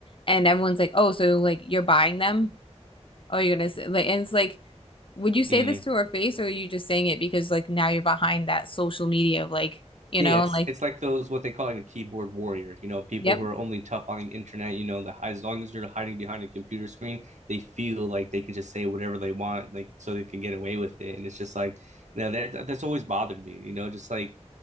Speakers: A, on the left (about 50°); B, on the right (about 90°).
A: And everyone's like, oh, so like you're buying them? Oh, you're gonna say like, and it's like, would you
B: Mm.
A: say this to her face, or are you just saying it because like now you're behind that social media of like, you
B: Yeah,
A: know,
B: it's
A: and like,
B: it's like those what they call like the keyboard warrior, you know, people
A: yep,
B: who are only tough on the internet, you know, the as long as you're hiding behind a computer screen, they feel like they could just say whatever they want, like so they can get away with it. And it's just like, you know, that that's always bothered me, you know, just like